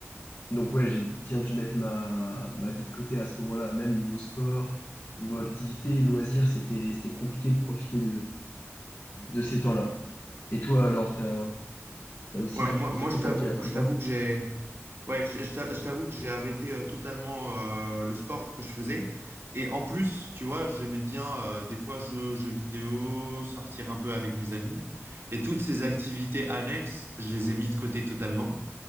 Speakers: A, on the left; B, on the right.
A: Donc ouais, j'ai bien dû mettre ma, ma vie de côté à ce moment-là, même niveau sport, niveau activité, loisirs, c'était, c'était compliqué de profiter de, de ces temps-là. Et toi, alors, t'as, t'as aussi
B: Ouais,
A: dû
B: moi,
A: consacrer
B: moi je t'avoue,
A: ta vie à la prépa?
B: je t'avoue que j'ai, ouais, je, je t'a- je t'avoue que j'ai arrêté euh, totalement euh, le sport que je faisais. Et en plus, tu vois, j'aimais bien euh, des fois jouer aux jeux vidéo, sortir un peu avec mes amis. Et toutes ces activités annexes, je les ai mis de côté totalement.